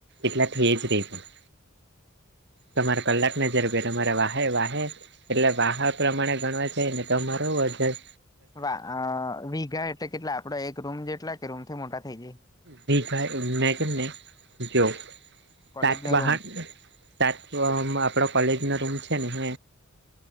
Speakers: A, on the right; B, on the left.
A: એટલા થ એ જ રહી પણ તમારા કલાકને જર બેરે તમારે વાહે વાહે એટલે વાહાર પ્રમાણે ગણવા જાય ને તમારુંજન
B: વા અ વીઘા એટલે કેટલા આપડો એક રૂમ જેટલા કે રૂમ થી મોટા થઇ જાય
A: બજાઈ ઉન્મેને જો તટ
B: કોલેજ નો
A: બહાર
B: રૂમ
A: સાત આપડો કોલેજ નો રૂમ છે ને હ